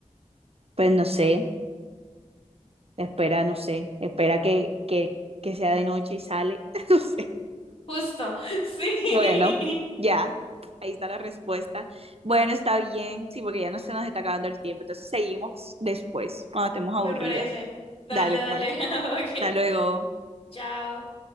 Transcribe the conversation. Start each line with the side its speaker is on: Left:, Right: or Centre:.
Right: Pues no sé, espera, no sé, espera que, que, que sea de noche y sale. <laughs> No sé.
Left: Justo, <laughs> sí,
Right: Bueno, ya, ahí está la respuesta. Bueno, está bien, sí, porque ya no se nos está acabando el tiempo. Entonces seguimos después, cuando estemos aburridas.
Left: me parece. Dale,
Right: Dale,
Left: dale,
Right: pues.
Left: <laughs> ok,
Right: Hasta luego.
Left: chao.